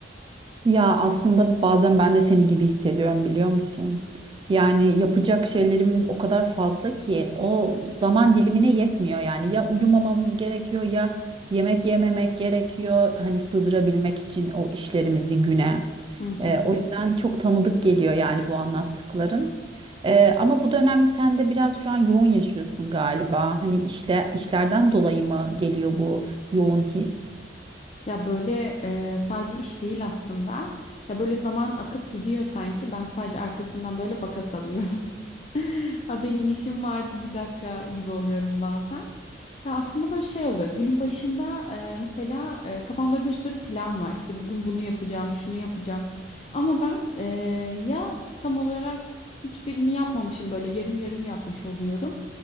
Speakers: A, on the right; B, on the left.
A: Ya aslında bazen ben de senin gibi hissediyorum biliyor musun? Yani yapacak şeylerimiz o kadar fazla ki o zaman dilimine yetmiyor yani. Ya uyumamamız gerekiyor ya yemek yememek gerekiyor. Hani sığdırabilmek için o işlerimizi güne.
B: Hı
A: Ee,
B: hı.
A: o yüzden çok tanıdık geliyor yani bu anlattıkların. Ee, ama bu dönem sen de biraz şu an yoğun yaşıyorsun galiba. Hani işle, işlerden dolayı mı geliyor bu yoğun his?
B: Ya böyle e, sadece iş değil aslında. Ya böyle zaman akıp gidiyor sanki. Ben sadece arkasından böyle baka kalıyorum. Ha, benim işim vardı bir dakika gibi oluyorum bazen. Ya aslında böyle şey oluyor. Günün başında e, mesela e, kafamda bir sürü plan var. İşte bugün bunu yapacağım, şunu yapacağım. Ama ben e, ya tam olarak hiçbirini yapmamışım böyle yarım yarım yapmış oluyorum.